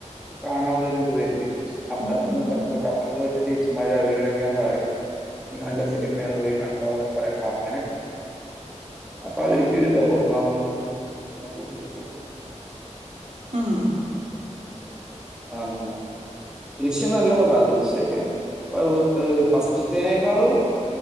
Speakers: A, in the centre; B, on the right (about 75°).
A: കാണാനുള്ള ഒരു ഇതു വര്ല്ലേ അപ്പറത്ത്ന്നും
B: ഉം ഉം
A: ഇപ്പറത്ത്നൊക്കെ
B: ഉം.
A: അപ്പർത്തേ വീട്ടിലേ ടീച്ചന്മാര് അവര് ഇവരൊക്കെ ങ്ങനെ പറയും നല്ല സിനിമാന്ന് പോയി കണ്ടോ ന്നൊക്കെ പറയുമ്പോ അങ്ങനെ അപ്പൊ അവരിക്കി ഒരു ഇതാകും അപ്പ നമ്മള് കൂട്ടിട്ട് പോകും
B: ആഹ്
A: ആഹ് അങ്ങനെ ദൃശ്യം നല്ല പടാ ദൃശ്യൊക്കെ അത് അത് ഫസ്റ്റ്ത്തേനേക്കാളും